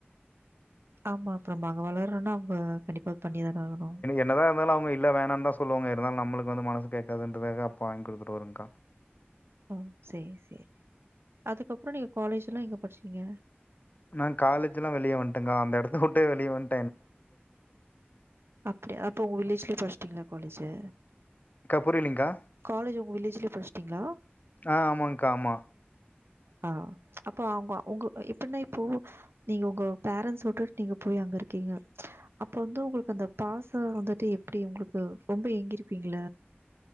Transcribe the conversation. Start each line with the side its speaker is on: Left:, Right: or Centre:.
Right: ஆமா அப்றோ நம்ம அங்க வளர்றோனா அவ்ங்க கண்டிப்பா பண்ணிதானே ஆகணு
Left: என்னதா இருந்தாலு அவ்ங்க இல்ல வேணான் தா சொல்லுவாங்க இருந்தாலு நம்மளுக்கு வந்து மனசு கேக்காதுன்ட்டுதாக்கா அப்பா வாங்கி குடுத்துட்டு வருங்க்கா
Right: ஓ சேரி சேரி அதுக்கப்றோ நீங்க காலேஜுலா எங்க படிச்சீங்க
Left: நா காலேஜுலா வெளிய வந்ட்டேங்க்கா அந்த எடத்த விட்டே வெளிய வந்
Right: அப்யாடி அப்போ உங்க வில்லேஜ்லே படிச்சிட்டீங்ளா காலேஜு
Left: அக்கா புரியலைங்க்கா
Right: காலேஜ் உங்க வில்லேஜ்லே படிச்ட்டீங்களா
Left: ஆ ஆமாங்க்கா, ஆமா.
Right: ஆ அப்போ அவ்ங்க உங்க எ எப்பிட்னா இப்போ உங்க பேரண்ட்ஸ் விட்டுட்டு நீங்க போய் அங்க இருக்கீங்க அப்ப வந்து உங்களுக்கு அந்த பாச வந்துட்டு எப்டி உங்களுக்கு ரொம்ப ஏங்கிருப்பீங்கள